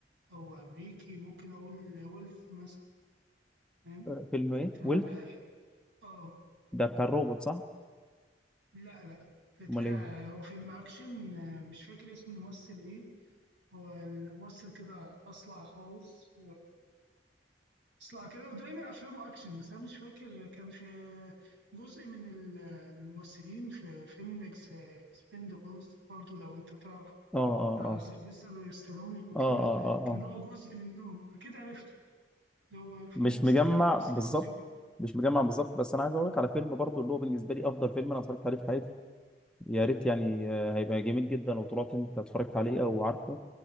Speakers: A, on the right; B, in the centre.
A: أو أمريكي ممكن أقول ويلث مثلا فاهم
B: آه، فيلم ايه
A: بتاع
B: ويلت
A: آه
B: ده بتاع الروبوت صح
A: لا لا بتاع
B: امال ايه
A: هو فيلم أكشن آه، مش فاكر اسم الممثل إيه هو الممثل كده أصلع خالص اصلع كده ودايما افلامه اكشن بس انا مش فاكر كان في جزء من ال- من الممثلين في فيلم اكس اكسبندبلز برضو لو انت تعرف
B: اه اه
A: بتاع سيلفستر ستالوني وكده
B: اه اه اه
A: كان
B: اه آه.
A: هو جزء منهم اكيد عرفته اللي هو في
B: مش
A: ممثل
B: مجمع
A: كده اصلع
B: بالظبط
A: كده
B: مش مجمع بالظبط بس انا عايز
A: اه
B: اقول لك على فيلم برضو اللي هو بالنسبه لي افضل فيلم انا اتفرجت عليه في حياتي يا ريت يعني آه، هيبقى جميل جدا لو طلعت انت اتفرجت عليه او عارفه